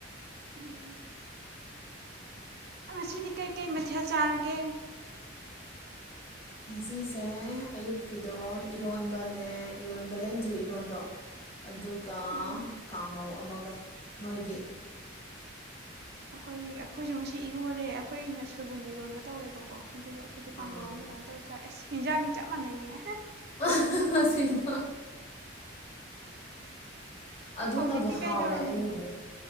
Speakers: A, on the right (about 55°); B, on the left (about 30°).
A: ꯎꯝ ꯉꯁꯤꯗꯤ ꯀꯩꯀꯩ ꯃꯊꯦꯜ ꯆꯥꯔꯒꯦ
B: ꯉꯁꯤꯁꯦ ꯑꯌꯨꯛꯀꯤꯗꯣ ꯏꯔꯣꯟꯕꯅꯦ ꯏꯔꯣꯟꯕ ꯕꯦꯂꯦꯟꯗ꯭ꯔꯤ ꯏꯔꯣꯟꯗꯣ ꯑꯗꯨꯒ
A: ꯎꯝ
B: ꯀꯥꯡꯉꯧ ꯑꯃꯒ ꯅꯣꯏꯗꯤ
A: <inaudible> ꯑꯈꯣꯏ ꯑꯈꯣꯏꯖꯨ ꯉꯁꯤ ꯏꯔꯣꯜꯂꯦ ꯑꯈꯣꯏꯒꯤꯅꯥ ꯁꯣꯏꯕꯨꯝ ꯏꯔꯣꯟꯕ ꯇꯧꯋꯦꯕꯀꯣ ꯑꯗꯨꯒ ꯑꯈꯣꯏꯖꯨ ꯀꯥꯡꯒꯧ
B: ꯑꯥ
A: ꯑꯃ ꯑꯗꯨꯃꯥꯏꯅ ꯇꯧꯔ ꯆꯥꯏ ꯑꯁ ꯍꯦꯟꯖꯥꯡꯗꯤ ꯆꯞ ꯃꯥꯟꯅꯩꯅꯦ ꯑꯦꯍꯦ
B: ꯑꯍ ꯍ ꯍ ꯁꯦꯡꯕꯥ ꯑꯗꯨꯅꯕꯨ
A: ꯍꯧꯖꯤꯛꯇꯤ
B: ꯍꯥꯎꯋꯦ
A: ꯀꯩꯗꯧꯔꯝꯃꯤꯅꯣ
B: ꯑꯩꯒꯤꯗꯤ